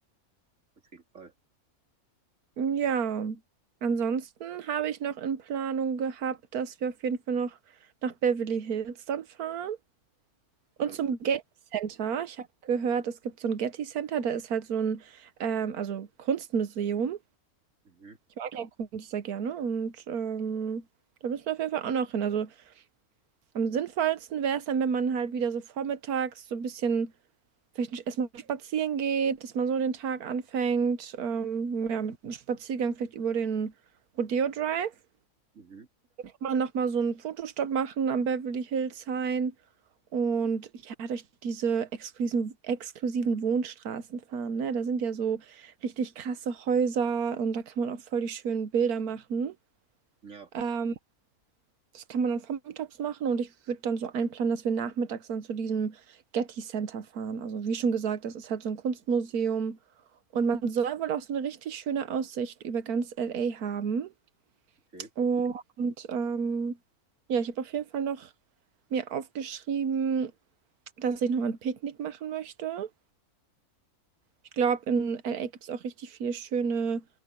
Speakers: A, on the right; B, on the right.
A: auf jeden Fall.
B: Ja, ansonsten habe ich noch in Planung gehabt, dass wir auf jeden Fall noch nach Beverly Hills dann fahren
A: Ja,
B: und zum Getty Center. Ich habe gehört, es gibt so ein Getty Center, da ist halt so ein, ähm, also Kunstmuseum.
A: mhm,
B: Ich mag ja Kunst sehr gerne und ähm, da müssen wir auf jeden Fall auch noch hin. Also am sinnvollsten wäre es dann, wenn man halt wieder so vormittags so ein bisschen vielleicht erstmal spazieren geht, dass man so den Tag anfängt, ähm, ja, mit einem Spaziergang vielleicht über den Rodeo Drive.
A: mhm.
B: mal nochmal so einen Fotostopp machen am Beverly Hills Hain und ja, durch diese exklusiven, exklusiven Wohnstraßen fahren, ne? Da sind ja so richtig krasse Häuser und da kann man auch voll die schönen Bilder machen.
A: Ja,
B: Ähm, das kann man dann vormittags machen und ich würde dann so einplanen, dass wir nachmittags dann zu diesem Getty Center fahren. Also wie schon gesagt, das ist halt so ein Kunstmuseum und man soll wohl auch so eine richtig schöne Aussicht über ganz LA haben.
A: okay.
B: Und ähm, ja, ich habe auf jeden Fall noch mir aufgeschrieben, dass ich noch ein Picknick machen möchte. Ich glaube, in LA gibt es auch richtig viele schöne,